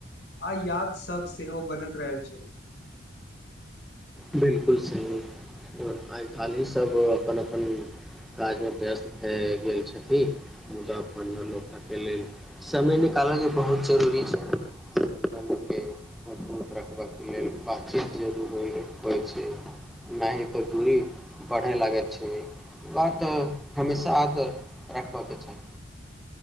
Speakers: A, on the left; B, in the centre.
A: आ याद सब सेहो बनैत रहल छै
B: बिलकुल सही आइ काल्हि ही सभ अपन अपन काजमे व्यस्त भए गेल छथिन मुदा अपन लोकके लेल समय निकालयके बहुत जरूरी छैे संबंध के मजबूत रखबाकके लेल बातचीत जरूर होइ होइ छै नहि तऽ दूरी बढ़य लागैत छै ई बात हमेशा रखबयके चाही